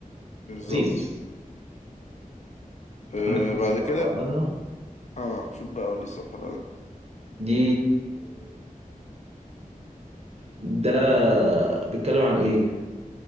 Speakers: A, on the left (about 55°); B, on the right (about 45°).
A: بالظبط
B: لذيذ
A: آه،
B: عندك بقى الصفحة
A: بعد كده
B: اللي بعدها
A: اه شوف بقى أقول لي الصفحة
B: دي ده بيتكلم عن ايه؟